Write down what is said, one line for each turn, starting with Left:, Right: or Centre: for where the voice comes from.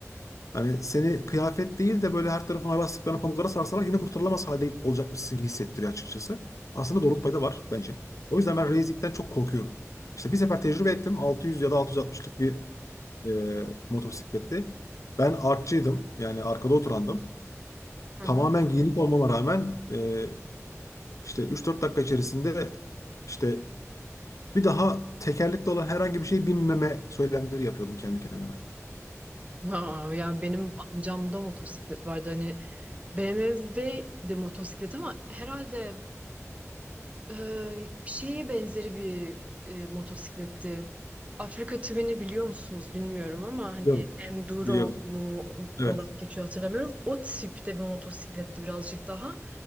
Left: Hani seni kıyafet değil de böyle her tarafına bastıklarına pamuklara sarsalar yine kurtarılamaz halde olacakmışsın gibi hissettiriyor açıkçası. Aslında doğruluk payı da var bence. O yüzden ben racing'den çok korkuyorum. İşte bir sefer tecrübe ettim. 600 ya da 660'lık bir e, motosikletti. Ben artçıydım. Yani arkada oturandım.
Right: Hı
Left: Tamamen
Right: hı.
Left: giyinik olmama rağmen e, işte 3-4 dakika içerisinde işte bir daha tekerlekli olan herhangi bir şey binmeme söylemleri yapıyordum kendi kendime.
Right: Ha, ya benim amcamda motosiklet vardı hani BMW de motosiklet ama herhalde ee, şeyi benzeri bir e, motosikletti. Afrika Twin'i biliyor musunuz bilmiyorum ama hani
Left: Biliyorum.
Right: Enduro
Left: Biliyorum.
Right: mu
Left: Evet.
Right: olarak geçiyor hatırlamıyorum. O tipte bir motosikletti birazcık daha.